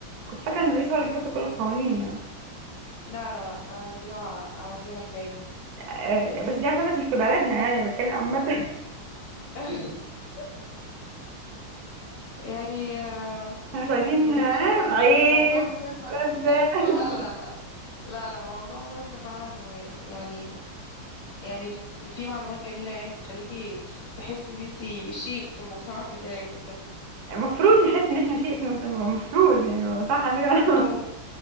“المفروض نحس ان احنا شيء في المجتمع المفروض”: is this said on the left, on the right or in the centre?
Right